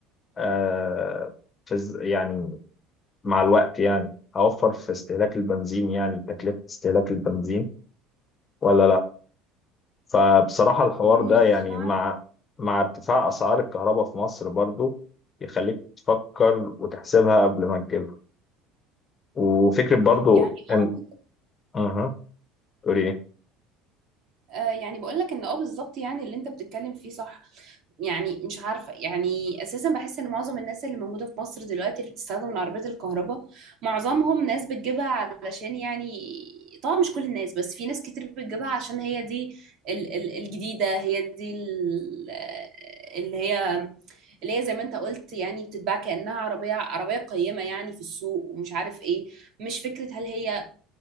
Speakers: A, on the left (about 25°); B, on the right (about 55°).
A: آه في الز- يعني مع الوقت يعني هوفر في استهلاك البنزين يعني تكلفه استهلاك البنزين ولا لا فبصراحه الحوار
B: مش
A: ده يعني
B: عارفة
A: مع مع ارتفاع اسعار الكهرباء في مصر برضو يخليك تفكر وتحسبها قبل ما تجيبها وفكره برضو
B: يعني
A: ان
B: اه بالظبط.
A: اها تقولي ايه
B: آه، يعني بقول لك ان اه بالظبط يعني اللي انت بتتكلم فيه صح يعني مش عارفة يعني أساسا بحس إن معظم الناس اللي موجودة في مصر دلوقتي اللي بتستخدم العربيات الكهرباء معظمهم ناس بتجيبها علشان يعني طبعا مش كل الناس بس في ناس كتير بتجيبها عشان هي دي ال ال الجديدة هي دي ال- اللي هي اللي هي زي ما أنت قلت يعني بتتباع كأنها عربية عربية قيمة يعني في السوق ومش عارف إيه مش فكرة هل هي